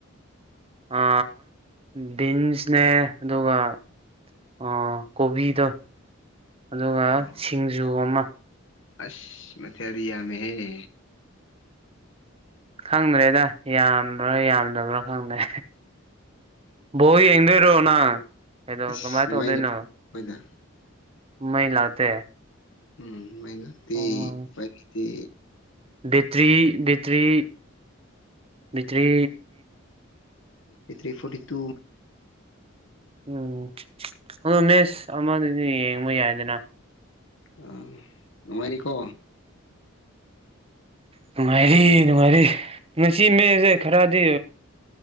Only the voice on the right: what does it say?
ꯑ ꯕꯤꯟꯁꯅꯦ ꯑꯗꯨꯒ ꯑ ꯀꯣꯕꯤꯗꯣ ꯑꯗꯨꯒ
ꯁꯤꯡꯖꯨ ꯑꯃ
ꯈꯪꯗ꯭ꯔꯦꯗ ꯌꯥꯝꯕ꯭ꯔꯥ ꯌꯥꯝꯗꯕ꯭ꯔꯥ ꯈꯪꯗ꯭ꯔꯦ ꯕꯣꯜ ꯌꯦꯡꯗꯣꯏꯔꯣ ꯅꯪ ꯀꯩꯗꯣ
ꯀꯃꯥꯏ ꯇꯧꯗꯣꯏꯅꯣ
ꯃꯩ ꯂꯥꯛꯇꯦ
ꯑꯣ
battery battery battery
ꯎꯝ ꯑꯗꯣ ꯃꯦꯁ ꯑꯃꯗꯤ ꯌꯦꯡꯕ ꯌꯥꯏꯗꯅ
ꯅꯨꯡꯉꯥꯏꯔꯤ ꯅꯨꯡꯉꯥꯏꯔꯤ ꯉꯁꯤ ꯃꯦꯁꯁꯦ ꯈꯔꯗꯤ